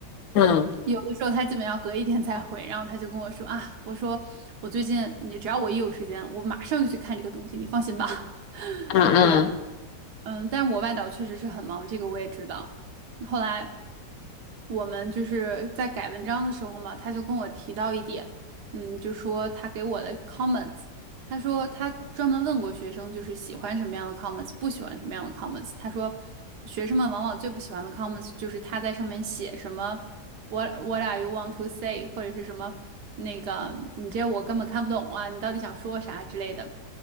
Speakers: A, on the left; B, on the right.
A: 嗯
B: 有的时候他基本要隔一天才回，然后他就跟我说啊，我说我最近你只要我一有时间，我马上就去看这个东西，你放心吧。<laughs>
A: 嗯嗯。
B: 对，嗯，但是我外导确实是很忙，这个我也知道。后来我们就是在改文章的时候嘛，他就跟我提到一点，嗯，就说他给我的 comments，他说他专门问过学生，就是喜欢什么样的 comments，不喜欢什么样的 comments。他说学生们往往最不喜欢的 comments 就是他在上面写什么 what what are you want to say，或者是什么那个你这我根本看不懂啊，你到底想说啥之类的。